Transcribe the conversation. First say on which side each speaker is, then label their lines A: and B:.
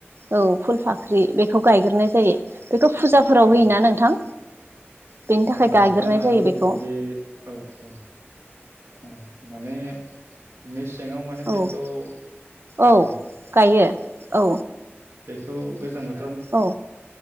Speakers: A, on the right (about 60°); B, on the right (about 80°).
A: औ फुल फाख्रि बे खौ गायग्रोनाय जायो। बेखौ फुजाफोराव
B: औ
A: होयोना नोंथां? बेनि थाखाय
B: औ
A: गायग्रोनाय
B: जानो हागौ
A: जायो बेखौ
B: बे औ औ औ माने मेसे सेङाव माने बेखौ
A: औ औ
B: आ
A: गायो औ
B: बेखौ गोजां बोथ
A: औ